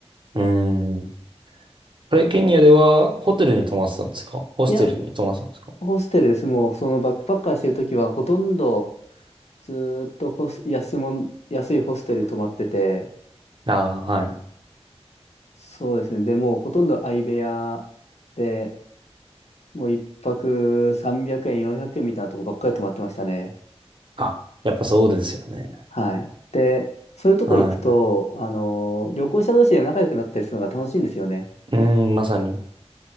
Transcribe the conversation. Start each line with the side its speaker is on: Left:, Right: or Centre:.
Right: い。うん。これ、ケニアではホテルに泊まってたんですかホステルに泊まってたんですか
Left: いや、ホステルです。もう、そのバックパッカーしてるときは、ほとんど、ずーっとホス、安もん、安いホステル泊まってて、
Right: ああー、はい。
Left: そうですね。でもうほとんど相部屋で、もう一泊300円、400円みたいなとこばっかり泊まってましたね。
Right: あ、やっぱそうですよね。
Left: はい。で、そういうとこ行くと、
Right: は
Left: あの、旅行者同士で仲良くなったりするのが楽しいんですよね。
Right: い。うん、まさに。